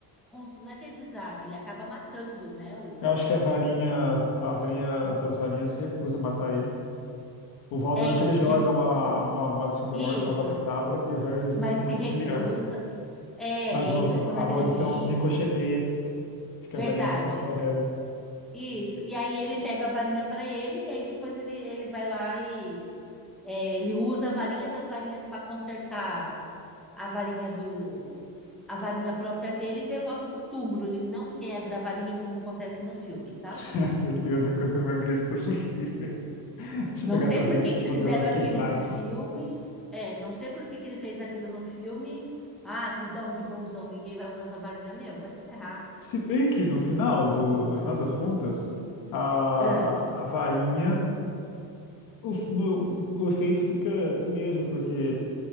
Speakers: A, in the centre; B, on the left (about 55°).
A: com- não é que ele desarma, ele acaba matando, né, o
B: Eu acho que a varinha, a varinha das varinhas se recusa a matar ele. O Voldemort
A: É, então,
B: ele
A: se
B: joga
A: re-
B: uma, uma maldição da
A: isso,
B: morte, uma Avada Kedavra, e o Harry usa
A: mas
B: um- uma
A: se
B: Expelliarmus.
A: recusa, É,
B: Mas
A: e aí
B: ó,
A: ele ficou naquele
B: a maldição
A: limbo.
B: ricocheteia, porque
A: Verdade.
B: a varinha não quer matar o Harry.
A: Isso. E aí ele pega a varinha para ele, e aí depois ele, ele vai lá e é, ele usa a varinha das varinhas para consertar a varinha do a varinha própria dele e devolve pro túmulo. Ele não quebra a varinha como acontece no filme, tá?
B: <laughs> Meu Deus, a coisa mais besta possível. <laughs> Deixa
A: Não
B: eu pegar
A: sei
B: essa
A: por
B: varinha
A: que
B: toda
A: que fizeram
B: poderosa e
A: aquilo
B: quebrar
A: no
B: aqui.
A: filme. É, não sei por que que ele fez aquilo no filme. Ah, quis dar um de bonzão, ninguém vai usar essa varinha, meu, vai se ferrar.
B: Se bem que no final do, no final das contas, a,
A: Ah,
B: a varinha, o, no- o efeito fica o mesmo, porque